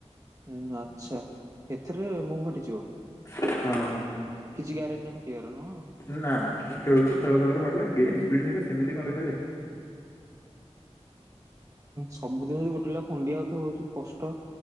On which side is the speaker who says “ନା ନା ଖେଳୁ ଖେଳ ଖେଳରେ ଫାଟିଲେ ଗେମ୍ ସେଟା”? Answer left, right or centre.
Left